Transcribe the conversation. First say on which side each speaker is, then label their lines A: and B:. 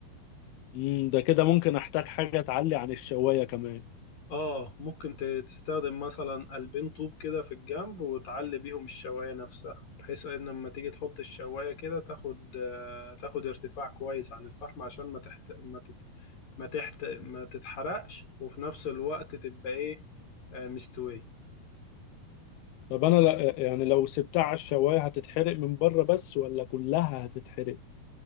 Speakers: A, on the left (about 80°); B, on the left (about 60°).
A: مم، ده كده ممكن احتاج حاجة تعلي عن الشواية كمان
B: اه ممكن ت- تستخدم مثلا قلبين طوب كده في الجنب وتعلي بيهم الشواية نفسها بحيث ان لما تيجي تحط الشواية كده تاخد آه، تاخد ارتفاع كويس عن الفحم عشان ما تحت ما تت... ما تحت ما تتحرقش وفي نفس الوقت تبقى ايه آه، مستوية
A: طب انا لا يعني لو سبتها على الشواية هتتحرق من بره بس ولا كلها هتتحرق